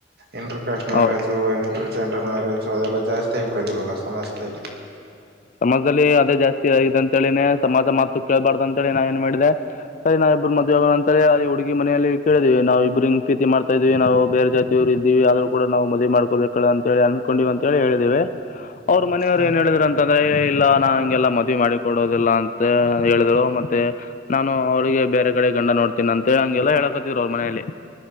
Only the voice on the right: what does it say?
ಎಂದು ಮ್ಯಾರೇಜು
ಇಂಟ್ರರ್ ಜೆಲ್ ಮ್ಯಾರೇಜು ಅದೆಲ್ಲ ಜಾಸ್ತಿ ಆಗಿಬಿಡದು ಇವಾಗ ಸಮಾಜದಲ್ಲಿ
ಹ